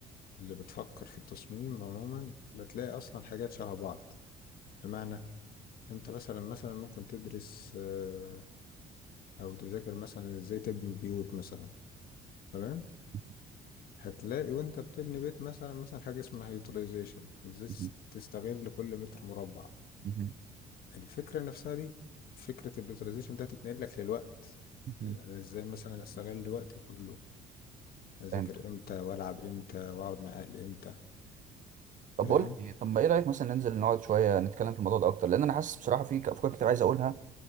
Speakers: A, on the left; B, on the right.
A: اللي بتفكر في التصميم عموما بتلاقي أصلا حاجات شبه بعض بمعنى أنت مثلا مثلا ممكن تدرس آه، أو تذاكر مثلا إزاي تبني بيوت مثلا تمام
B: <laughs>
A: هتلاقي وانت بتبني بيت مثلا مثلا حاجة اسمها يوتيلايزيشن ازاي
B: مهم.
A: تس- تستغل كل متر مربع
B: مهم.
A: الفكرة نفسها دي فكرة اليوتيلايزيشن ده هتتنقل لك للوقت
B: مهم.
A: انا ازاي مثلا استغل وقتي كله اذاكر
B: فهمت
A: امتى والعب امتى واقعد مع اهلي امتى
B: طب
A: فاهم
B: بقول لك ايه طب ما ايه رايك مثلا ننزل نقعد شويه نتكلم في الموضوع ده اكتر لان انا حاسس بصراحه في افكار كتير عايز اقولها